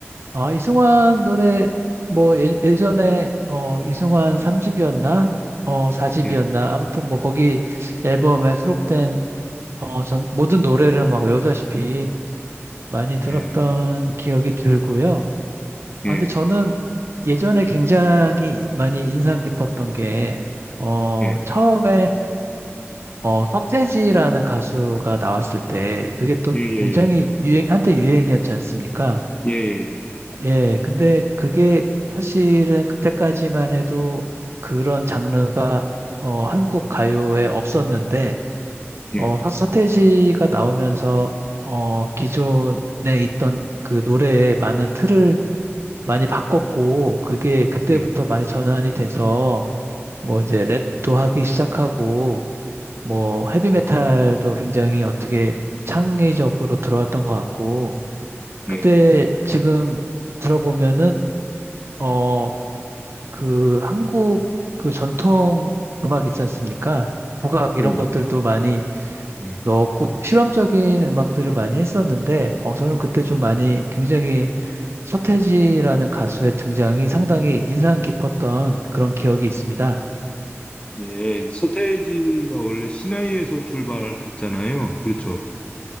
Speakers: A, on the right; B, on the left.
A: 아, 이승환 노래 뭐 예, 예전에 어, 이승환 3집이었나? 어, 4집이었나?
B: 예.
A: 아무튼 뭐 거기 앨범에 수록된 어, 전 모든 노래를 막 외우다시피 많이 들었던
B: 예.
A: 기억이 들고요. 아,
B: 예.
A: 근데 저는 예전에 굉장히 많이 인상 깊었던 게, 어,
B: 예.
A: 처음에, 어, 서태지라는 가수가 나왔을 때, 그게 또
B: 예.
A: 굉장히
B: 예.
A: 유행, 한때 유행이었지 않습니까?
B: 예. 예.
A: 예, 근데 그게 사실은 그때까지만 해도 그런 장르가, 어, 한국 가요에 없었는데, 어,
B: 예. 예.
A: 사- 서태지가 나오면서 어, 기존에 있던 그 노래의 많은 틀을 많이 바꿨고 그게 그때부터
B: 예.
A: 많이 전환이 돼서 뭐 이제 랩도 하기 시작하고 뭐 헤비메탈도 굉장히 어떻게 창의적으로 들어왔던 것 같고 그때
B: 예.
A: 지금 들어보면은 어, 그 한국 그 전통 음악 있지 않습니까? 국악 이런
B: 음,
A: 것들도 많이
B: 음.
A: 넣었고 실험적인 음악들을 많이 했었는데 어, 저는 그때 좀 많이 굉장히 서태지라는 가수의 등장이 상당히 인상 깊었던 그런 기억이 있습니다.
B: 예, 서태지가 원래 신화위에서 출발했잖아요. 그렇죠.